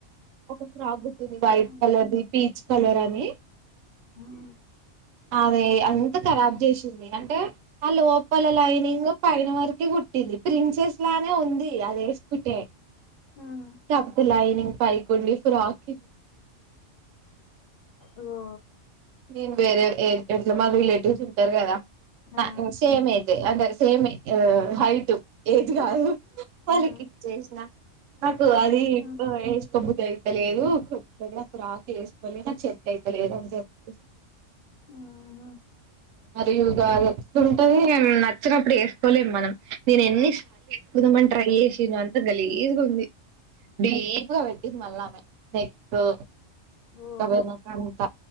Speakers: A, on the right; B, on the left.
A: ఒక ఫ్రాక్ కుట్టింది వైట్
B: ఉమ్,
A: కలర్ది పీచ్ కలర్ అని
B: ఉం
A: అదే అంత ఖరాబ్ చేసింది అంటే ఆ లోపల లైనింగ్ పైన వరకె గు కుట్టింది ప్రిన్సెస్ లానే ఉంది అదేసుకుంటే
B: ఉమ్,
A: ఇగప్పు లైనింగ్ పైకుండి ఫ్రాక్
B: ఓ
A: నేను వేరే ఎట్ ఎట్లా మా రిలేటివ్స్ ఇత్తర్ గదా నా
B: ఆ
A: సేమ్ ఏజె అంటే సేమే హైట్ ఏజ్ కాదు వాళ్ళకిచ్చేష్ణ
B: ఉమ్,
A: నాకు అది
B: ఉమ్హు,
A: ఇప్ బుద్ధయితలేదు కొత్తగా ఫ్రాక్ ఏసుకోలే నాక్ సెట్ అయితలేదు ఆన్ చెప్పి
B: ఉమ్హు,
A: మరియుగాంటుంటది నచ్చినప్పుడు ఎసుకోలేం మనం నేను ఎన్ని
B: ఆ
A: సార్లు ఎసుకుందాంమని ట్రై చేసిన్నో అంతా గలీజ్గా ఉంది డీప్గా పెట్టింది మల్ళమె నెక్కు
B: ఓ
A: <unintelligible> అంత